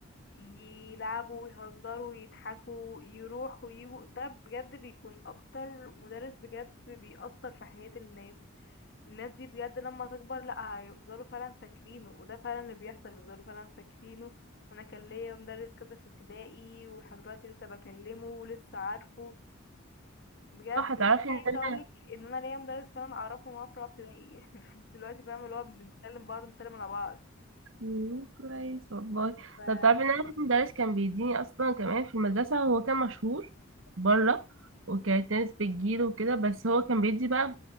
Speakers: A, on the left; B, on the right.
A: يلعبوا ويهزروا ويضحكوا يروحوا ويجوا ده بجد بيكون اكتر مدرس بجد بيأثر في حياة الناس الناس دي بجد لما تكبر لا هيفضلوا فعلا فاكرينه وده فعلا اللي بيحصل بيفضلوا فعلا فاكرينه انا كان ليا مدرس كذا في ابتدائي ولحد دلوقتي لسه بكلمه ولسه عارفه بجد
B: صح تعرفي
A: يعني
B: ان
A: عايزه
B: انا
A: اقول لك ان انا ليا مدرس كنا نعرفه من وانا في رابعه ابتدائي <laughs> يعني لحد دلوقتي فاهم اللي هو بنسلم بعض بنسلم على بعض
B: مم، كويس والله
A: ف
B: طب تعرفي ان انا في مدرس كان بيديني اصلا كمان في المدرسه هو كان مشهور بره وكانت ناس بتجيله وكده بس هو كان بيدي بقى